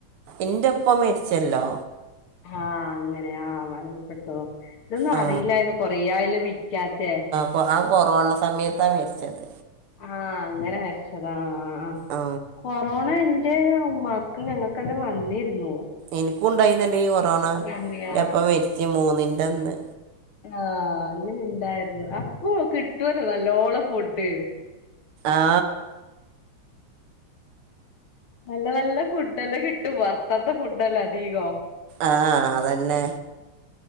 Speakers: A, on the right; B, on the left.
A: ഇന്റെ ഉപ്പ മരിച്ചല്ലോ.
B: ആഹ് അങ്ങനെ ആഹ് മരണ പ്പെട്ടോ ഇതൊന്നും
A: ആ
B: അറിയില്ലായിന്ന് കൊറേയായല്ലോ വിളിക്കാത്തെ.
A: ആഹ് കൊറോണ സമയത്ത മരിച്ചത്.
B: ആഹ് അങ്ങനെ മരിച്ചതാ ആഹ്
A: ആ
B: കൊറോണ എ ന്റെ മക്കൾ ഞങ്ങക്കെല്ലാം വന്നിരുന്നു.
A: ഇനിക്കും ഇണ്ടായി ന്നല്ലോ ഈ കൊറോണന്റെപ്പ
B: അതെയോ
A: മരിച്ച മൂന്നിന്റെ അന്ന്.
B: ആഹ് അങ്ങനെ ഇണ്ടായിരുന്നു അപ്പൊ കിട്ടൊല്ലോ നല്ലോണം. ഫുഡ്.
A: ആ
B: നല്ല നല്ല ഫുഡ്ല്ലാം കിട്ടും വറുത്താത്ത ഫുഡ്ല്ല അധികം.
A: ആഹ് അതന്നെ.